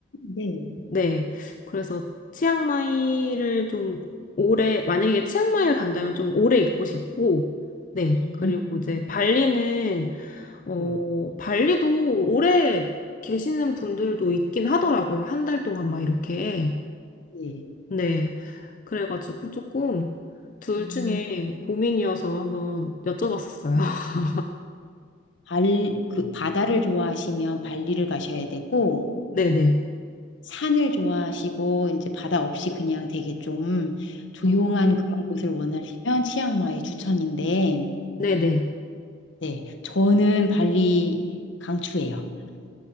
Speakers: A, on the left; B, on the left.
A: 네.
B: 네. 그래서 치앙마이를 좀 오래, 만약에 치앙마이를 간다면 좀 오래 있고 싶고, 네.
A: 음.
B: 그리고 이제 발리는, 어,
A: 네.
B: 발리도 오래 계시는 분들도 있긴 하더라고요. 한 달 동안 막 이렇게.
A: 네.
B: 네. 그래가지고 조금 둘
A: 음,
B: 중에 고민이어서 한번 여쭤봤었어요. <laughs>
A: 발, 그 바다를 좋아하시면 발리를 가셔야 되고
B: 네네.
A: 산을 좋아하시고 이제 바다 없이 그냥 되게 좀 조용한
B: 음,
A: 그런
B: 음.
A: 곳을 원하시면 치앙마이 추천인데
B: 네네.
A: 네 저는 발리 강추예요.